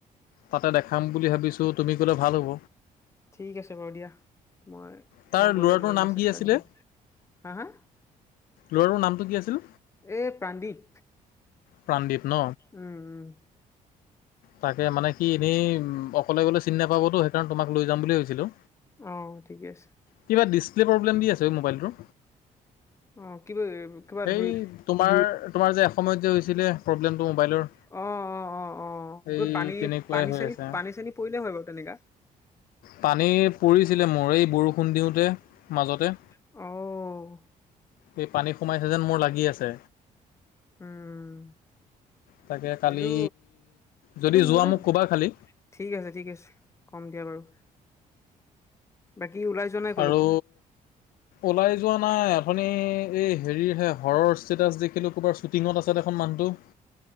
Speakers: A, on the left; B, on the left.
A: তাতে দেখাম বুলি ভাবিছোঁ, তুমি ক'লে ভাল হ'ব।
B: ঠিক আছে বাৰু দিয়া মই
A: তাৰ
B: মই
A: ল'ৰাটোৰ
B: গ'লে তোমাক
A: নাম
B: মেছেজ
A: কি
B: এটা
A: আছিলে
B: দিম। হা হা?
A: ল'ৰাটোৰ নামটো কি আছিল?
B: এই প্রান্দিপ।
A: প্ৰাণদ্বীপ ন
B: উম, উম।
A: তাকে, মানে কি এনেই অকলে গলে চিনি নাপাবতো সেইকাৰণে তোমাক লৈ যাম বুলি ভাবিছিলোঁ।
B: অ ঠিকে আছে
A: কিবা ডিছপ্লে প্ৰব্লেম দি আছে মোবাইলটোৰ।
B: অ' কিবা কিবা
A: সেই
B: ধৰি
A: তোমাৰ তোমাৰ যে এসময়ত যে হৈছিলে প্ৰব্লেমটো মোবাইলৰ।
B: অ', অ', অ', অ'
A: এই
B: তত পানী
A: তেনেকুৱাই
B: পানী
A: হৈ
B: চানী
A: আছে
B: পানী চানী পৰিলে হয় বাৰু তেনেকা।
A: পানী পৰিছিলে মৰে, এই বৰষুণ দিওঁতে মাজতে।
B: অ'।
A: সেই পানী সোমাইছে যেন মোৰ লাগি আছে।
B: উম
A: তাকে কালি
B: এইটো
A: যদি
B: এইটো
A: যোৱা
B: মতে,
A: মোক ক'বা খালি
B: ঠিক আছে ঠিক আছে কম দিয়া বাৰু। বাকি ওলাই যোৱা নাই কলৈকো
A: আৰু ওলাই যোৱা নাই, আপুনি এই হেৰিৰহে হৰৰ ষ্টেটাছ দেখিলো ক'ৰবাৰ শ্বুটিঙত আছে দেখোন মানুহটো।